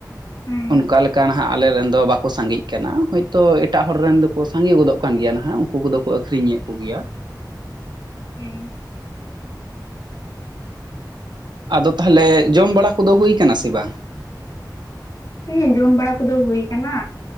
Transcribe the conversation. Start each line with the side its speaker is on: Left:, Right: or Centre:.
Left: ᱦᱩᱸ
Right: ᱚᱱᱠᱟ ᱞᱮᱠᱟ ᱱᱟᱦᱟᱜ ᱟᱞᱮ ᱨᱮᱱ ᱫᱚ ᱵᱟ ᱠᱚ ᱥᱟᱸᱜᱮᱜ ᱠᱟᱱᱟ ᱦᱚᱳᱭ ᱛᱳ ᱮᱴᱟᱜ ᱦᱚᱲ ᱨᱮᱱ ᱫᱚ ᱠᱚ ᱥᱟᱸᱜᱮ ᱜᱚᱫᱚᱜ ᱠᱟᱱ ᱜᱮᱭᱟ ᱱᱟᱦᱟᱜ ᱩᱱᱠᱩ ᱠᱚ ᱫᱚ ᱠᱚ ᱟᱹᱠᱷᱨᱤᱧ ᱮᱫ ᱠᱚ ᱜᱮᱭᱟ᱾
Left: ᱦᱮᱸ᱾
Right: ᱟᱫᱚ ᱛᱟᱦᱚ ᱞᱮ ᱡᱚᱢ ᱵᱟᱲᱟ ᱠᱚ ᱫᱚ ᱦᱩᱭ ᱠᱟᱱᱟ ᱥᱮ ᱵᱟᱝ?
Left: ᱦᱮᱸ ᱡᱚᱢ ᱵᱟᱲᱟ ᱠᱚ ᱫᱚ ᱦᱩᱭ ᱟᱠᱟᱱᱟ